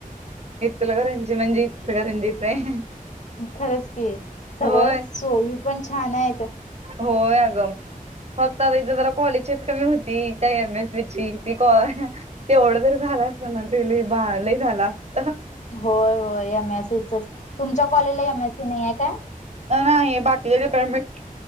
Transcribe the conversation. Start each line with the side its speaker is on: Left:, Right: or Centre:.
Right: इचलकरंजी म्हणजे इचलकरंजीच हाय
Left: खरंच की. सगळंच
Right: होय
Left: सोयी पण छान आहेत
Right: होय आगं फक्त आता इथे जरा कॉलेजच कमी होती त्या एम एस सीची ती काय तेवढं तरी झालं असत ना ते लई बा लई झालं असतं
Left: होय होय एम आय सीच तुमच्या कॉलेजला एम आय सी नाही हाय काय?
Right: नाही नाही हे बाकीचे डिपार्मेंट